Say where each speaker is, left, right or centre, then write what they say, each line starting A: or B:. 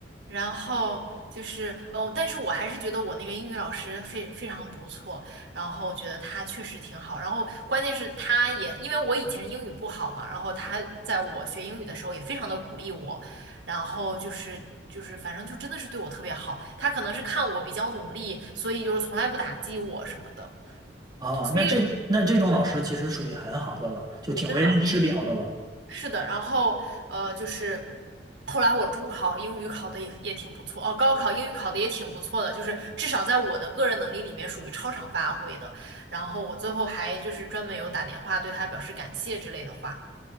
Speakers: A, on the right; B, on the right.
A: 然后就是哦，但是我还是觉得我那个英语老师非非常不错，然后我觉得他确实挺好，然后关键是他也因为我以前英语不好嘛，然后他在我学英语的时候也非常的鼓励我，然后就是就是反正就真的是对我特别好，他可能是看我比较努力，所以就是从来不打击我什么的，
B: 啊，
A: 所以
B: 那这那这种老师其实属于很好的了，
A: 对，
B: 就挺为人师表的了。
A: 真的。是的，然后呃，就是后来我中考英语考的也也挺不错，哦，高考英语考的也挺不错的，就是至少在我的个人能力里面属于超常发挥的。然后我最后还就是专门有打电话对他表示感谢之类的话。